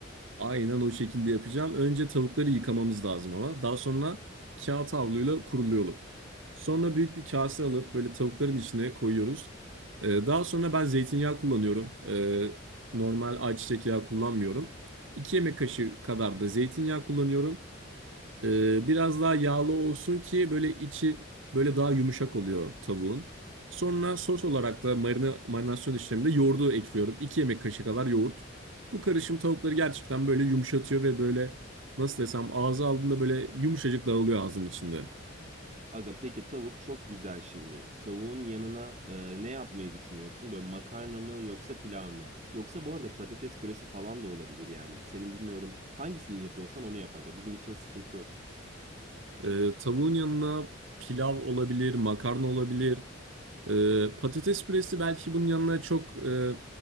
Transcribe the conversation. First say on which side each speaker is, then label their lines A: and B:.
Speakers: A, on the right; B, on the right.
A: Aynen o şekilde yapacağım. Önce tavukları yıkamamız lazım ama. Daha sonra kağıt havluyla kuruluyorum. Sonra büyük bir kase alıp böyle tavukların içine koyuyoruz. Ee, daha sonra ben zeytinyağı kullanıyorum. Ee, normal ayçiçek yağı kullanmıyorum. 2 yemek kaşığı kadar da zeytinyağı kullanıyorum. Ee, biraz daha yağlı olsun ki böyle içi böyle daha yumuşak oluyor tavuğun. Sonra sos olarak da marina, marinasyon işleminde yoğurdu ekliyorum. iki yemek kaşığı kadar yoğurt. Bu karışım tavukları gerçekten böyle yumuşatıyor ve böyle nasıl desem ağza aldığında böyle yumuşacık dağılıyor ağzın içinde.
B: Aga peki tavuk çok güzel şimdi. Tavuğun yanına e, ne yapmayı düşünüyorsun? Böyle makarna mı yoksa pilav mı? Yoksa bu arada patates püresi falan da olabilir yani. Senin bilmiyorum hangisini yapıyorsan onu yap aga. Bizim için sıkıntı yok.
A: Ee, tavuğun yanına pilav olabilir, makarna olabilir. Ee, patates püresi belki bunun yanına çok e,